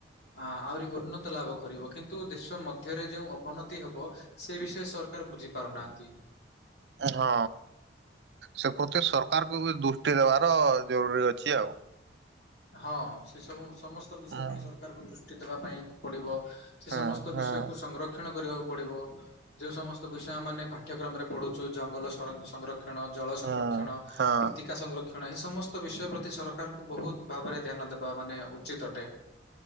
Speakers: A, on the left (about 65°); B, on the right (about 65°).
A: ଆ ଆହୁରି ଉନ୍ନତ ଲାଭ କରିବ କିନ୍ତୁ ଦେଶ ମଧ୍ୟରେ ଯୋଉ ଅବନତି ତୀ ହବ ସେ ବିଷୟ ସରକାର ବୁଝି ପାରୁନାହାନ୍ତି।
B: ହଁ। ସେ ପ୍ରତି ସରକାରକୁ ବି ଦୃଷ୍ଟି ଦେବାର ଜରୁରୀ ଅଛି ଆଉ।
A: ହଁ ସେ ସବୁ ସମସ୍ତ ବିଷୟ
B: ହଁ
A: ପାଇଁ ସରକାରକୁ ଦୃଷ୍ଟି ଦେବା ପାଇଁ ପଡିବ ସେ
B: ହଁ
A: ସମସ୍ତ
B: ହଁ
A: ବିଷୟକୁ ସଂଗକ୍ଷଣ କରିବାକୁ ପଡିବ ଯେଉ ସମସ୍ତ ବିଷୟ ଆ ମାନେ ପାଠ୍ୟକ୍ରମରେ ପଢୁଛୁ ଜଙ୍ଗଲ, ସଂରକ୍ଷଣ ଜଳ ସଂରକ୍ଷଣ,
B: ହଁ ହଁ
A: ମୃତ୍ତିକା ସଂରକ୍ଷଣ। କ୍ଷଣ ଏଇ ସମସ୍ତ ବିଷୟ ପ୍ରତି ସରକାରଙ୍କୁ ବହୁତ ଭାବରେ ଧ୍ୟାନ ଦେବା ମାନେ ଉଚିତ ଅଟେ।